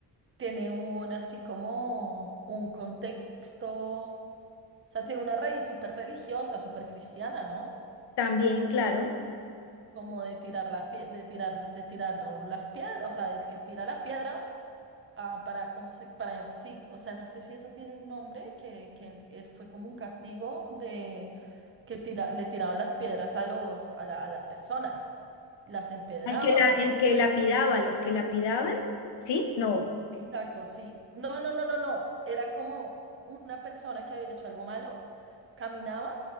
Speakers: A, on the right; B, on the left.
A: tiene un así como un contexto, o sea, tiene una raíz súper religiosa, súper cristiana, ¿no?
B: También, claro,
A: Como de tirar la pie- de tirar, de tirar las piedras, o sea, el que tira la piedra, ah, para cómo se, para sí, o sea, no sé si eso tiene un nombre, que, que él- él fue como un castigo de que tira, le tiraban las piedras a los, a la- a las personas, las empedraban,
B: al que la,
A: por
B: el
A: decirlo
B: que lapidaba, los que lapidaban, ¿sí? No.
A: Exacto, sí. No, no, no, no, no. Era como una persona que había hecho algo malo, caminaba